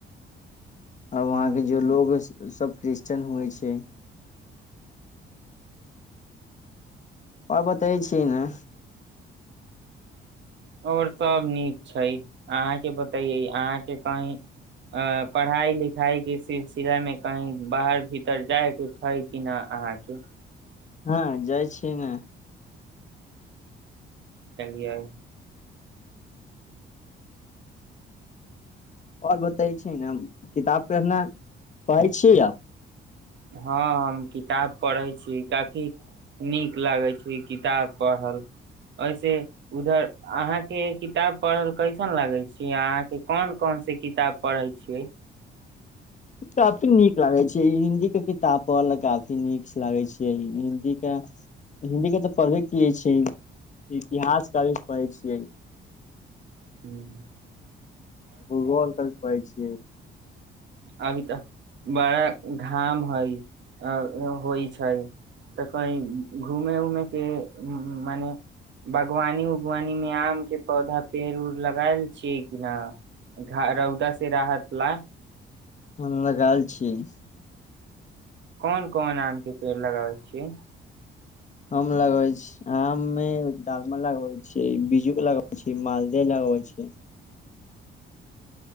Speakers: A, on the left (about 35°); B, on the right (about 65°).
A: आओर वहाँंके
B: ह
A: जाए लोग सभ क्रिश्चने होइ छै कि? आओ बतै छीिय ने
B: आओर सभ नीक छै। अहाँ बतैयै, अहाँकेँ पढ़ाइ-लिखाइके सिलसिलामे कहीं बाहर-भीतर जायके छै कि नहि?
A: हँ जाइ छियै ने
B: चलि आउ
A: आओर बतै छी ने, हम आब किताब पढ़ना पसिन करै छियै।
B: हँ, हम किताब पढ़ै छी। किताब पढ़ल हमरा काफी नीक लागै छै। अहाँ सेहो किताब पढ़ै छी ने? पढ़ल अहाँके कैसन लागै छै? अहाँ कोन-कोन किताब पढ़ै छी? पढ़ै छियै
A: काफी नीक लागे छै हिन्दी के किताब पढ़ ल काफी नीक लागै छै हिन्दी के हिन्दी के तऽ पढ़बे कै छै इतिहास की पढ़ै छियै
B: हुँ
A: भूगोल खाली पढ़ेेेऐ छियै
B: अभी तऽ बड़ा घाम हइ अ होइ छै त कही घूमे उमे के मने बागवानी उगवानी मे आम के पौधा पेड़ उड़ लगाय छियै कि न रौदा से राहत ला
A: हम लगएल छीय
B: कोन कोन आम के पेड़ लगाबै छियै
A: हम लगबै छी आम मे दालम लगबै छीै बिजू लगबै छी मालदह लगबै छी